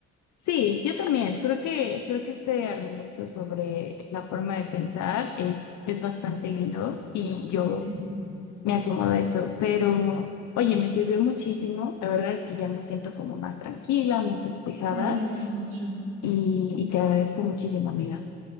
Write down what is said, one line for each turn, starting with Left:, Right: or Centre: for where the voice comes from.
Left: sí, yo también creo que creo que este argumento sobre la forma de pensar es es bastante lindo y yo
Right: <laughs>
Left: Me acomoda eso, pero oye, me sirvió muchísimo. La verdad es que ya me siento como más tranquila, más despejada
Right: Me alegra mucho.
Left: y, y te agradezco muchísimo, amiga.